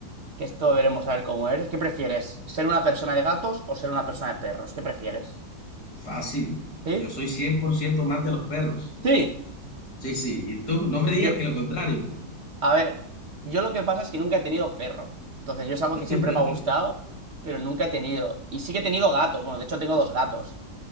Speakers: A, on the right; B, on the left.
A: Que esto veremos a ver cómo eres. ¿Qué prefieres? ¿Ser una persona de gatos o ser una persona de perros? ¿Qué prefieres?
B: Fácil.
A: ¿Sí?
B: Yo soy 100% amante de los perros.
A: Sí.
B: Sí, sí. Y tú, no me
A: Yo,
B: digas que lo contrario.
A: a ver, yo lo que pasa es que nunca he tenido perro. Entonces, yo es algo
B: <laughs>
A: que siempre me ha gustado, pero nunca he tenido. Y sí que he tenido gatos. Bueno, de hecho, tengo dos gatos.